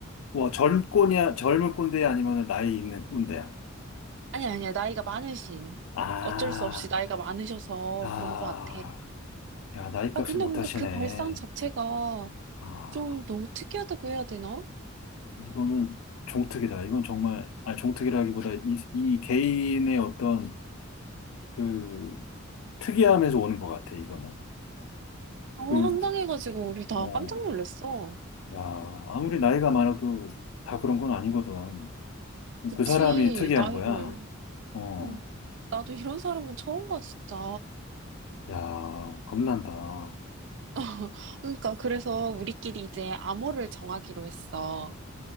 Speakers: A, on the left; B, on the right.
A: 와, 젊 꼰이야, 젊은 꼰대야? 아니면 나이 있는 꼰대야?
B: 아니, 아니야. 나이가 많으신.
A: 아,
B: 어쩔 수 없이 나이가 많으셔서
A: 아,
B: 그런 것 같아.
A: 야, 나이 값을
B: 아, 근데
A: 못
B: 뭔가
A: 하시네.
B: 그 발상 자체가
A: 아,
B: 좀 너무 특이하다고 해야 되나?
A: 이거는 종특이다. 이건 정말, 아, 종특이라기보다 이, 이 개인의 어떤 그 특이함에서 오는 것 같아, 이거는.
B: 너무
A: 그,
B: 황당해가지고 우리 다
A: 어,
B: 깜짝 놀랐어.
A: 야, 아무리 나이가 많아도 다 그런 건 아니거든.
B: 그치,
A: 그 사람이 특이한
B: 나이를.
A: 거야. 어,
B: 응. 나도 이런 사람은 처음 봐, 진짜.
A: 야, 겁난다. <laughs>
B: <laughs> 그러니까, 그래서 우리끼리 이제 암호를 정하기로 했어.